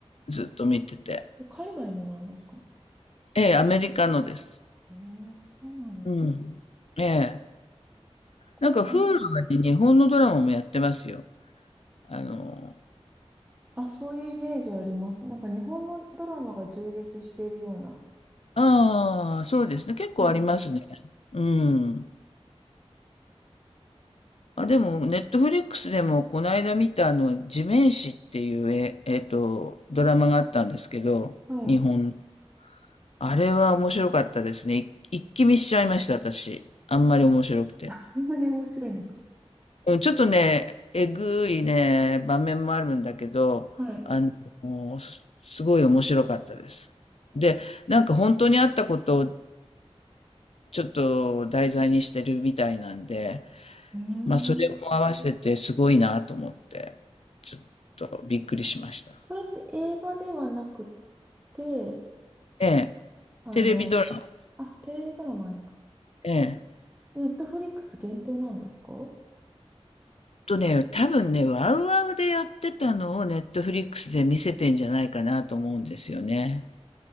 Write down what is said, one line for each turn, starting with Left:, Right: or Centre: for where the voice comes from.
Left: ずっと見てて。
Right: 海外のなんですか
Left: ええ、アメリカのです。
Right: えー、そうなんですか
Left: うん。ええ。
Right: これ、
Left: なんか
Right: あの
Left: Hulu に日本のドラマもやってますよ。あの、
Right: あ、そういうイメージあります。なんか日本のドラマが充実しているような。
Left: ああ、そうですね。結構ありますね。
Right: はい。
Left: うん。あ、でも、ネットフリックスでも、この間見た、あの、地面師っていう、え、えっと、ドラマがあったんですけど、
Right: はい。
Left: 日本。あれは面白かったですね。い一気見しちゃいました、私。あんまり面白くて。
Right: あ、そんなに面白いんですか
Left: うんちょっとね、えぐいね、場面もあるんだけど、
Right: はい。
Left: あの、すすごい面白かったです。で、なんか本当にあったことをちょっと題材にしてるみたいなんで、
Right: うーん。
Left: まあそれも合わせてすごいなと思って、ちょっとびっくりしました。
Right: これって映画ではなくて、
Left: ええ、
Right: あの、
Left: テレビドラマ。
Right: あ、テレビドラマなんですか
Left: ええ。
Right: ネットフリックス限定なんですか
Left: とね、多分ね、ワウワウでやってたのをネットフリックスで見せてんじゃないかなと思うんですよね。